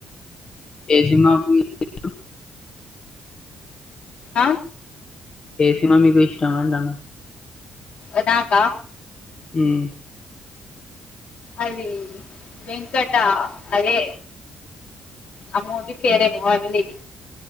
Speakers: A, on the left; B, on the left.
A: ఏ సిన్మాకు బో
B: ఆ
A: ఏ సినిమా మీకు ఇష్టం అంటాన?
B: అదాకా
A: ఉమ్
B: అది వెంకట అదే, ఆ మూవి పేరేమో ఉంది.